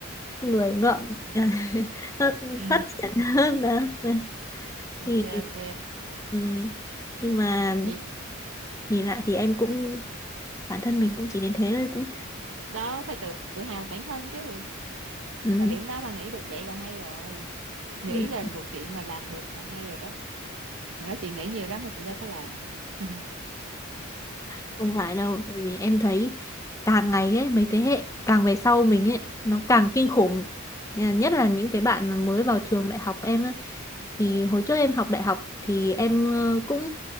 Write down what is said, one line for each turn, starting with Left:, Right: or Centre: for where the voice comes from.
Left: người ngợm <laughs> nó
Right: Ừ,
Left: phát triển <laughs> hơn đó Đó. thì
Right: ok ok
Left: ừm, nhưng mà
Right: thì
Left: nhìn lại thì em cũng bản thân mình cũng chỉ đến thế thôi cũng
Right: đó phải tự tự hào bản thân chứ
Left: ừm,
Right: thời điểm đó mà nghĩ được vậy là hay rồi nghĩ
Left: ừm.
Right: là một chuyện mà làm được là hay rồi đó mà đó chị nghĩ nhiều lắm mà chị đâu có làm <laughs>
Left: không phải đâu tại vì em thấy càng ngày ấy mấy thế hệ càng về sau mình ấy nó càng kinh khủng Nên là nhất là những cái bạn mà mới vào trường đại học em ấy, thì hồi trước em học đại học thì em ờ, cũng